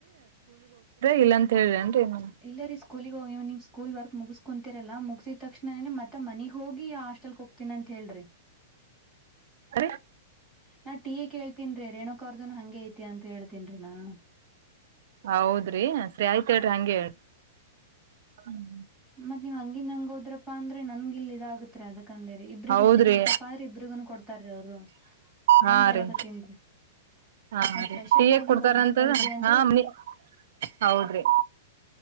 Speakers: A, on the right; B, in the centre.
A: ಇಲ್ಲ ಅಂತ ಹೇಳ್ದನ್ ರೆ ಮನೆ
B: ಇಲ್ಲ ರೀ ಸ್ಕೂಲಿಗೆ ಹೋಗ ನೀವು ಸ್ಕೂಲ್ ವರ್ಕ್ ಮುಗಿಸ್ಕೊಂತಿರಲ್ಲ ಮುಗಸಿದ ತಕ್ಷಣ ಮತ್ತೆ ಮನೆಗ್ ಹೋಗಿ ಅಷ್ಟ. ಲ್ ಹೋಗ್ತೀನ ಅಂತ ಹೇಳ್ರಿ
A: ಅ
B: ನಾ ಟಿವಿ ಕೇಳ್ತೀನ್ ರೀ ರೇಣುಕಾ ಅವರದ ಹಂಗೆ ಐತಿ ಅಂತ ಹೇಳ್ತನರೀ ನಾನು
A: ಹೌದ್ರಿ ಸರಿ ಆಯ್ತ ಸರಿ ಹಂಗೆ ಹೇಳಿ ಹ್ಮ
B: ಮತ್ತೆ ನೀವು್ ಹಂಗ ನ್ ನಂಗ ಹೋದ್ರಾ ಅಂದ್ರೆ ನನ್ ಇಲ್ ಇದ ಆಗತ್ರಿ ಅದಕ್ಕ ಅಂದೇರಿ ಇಬ್ರಿಗುನ್
A: ಹೌದ್ರಿ
B: ಸೇಮತ್ತಪ್ಪಾ ಅಂದ್ರ ಇಬ್ರಿಗುನು ಕೊಡ್ತಾರ ಅವರು ಹಂಗ
A: ಹಾ
B: ಹೇಳಕತ್ತೇನ್ರೀ
A: ರೀ ಹಾ
B: ಮತ್ತ್
A: ರೀ
B: ಫ್ರೆಶ್
A: ಟೀ
B: ಅಪ್
A: ಯಾಕ್
B: ಆಗಿ
A: ಕೊಡ್ತಾರಂತದ
B: ಹೋಗ್ಬೇಕಲ್ರಿ ಅಂತೇತ
A: ಹಾ ಮನಿ ಹೌದ್ರಿ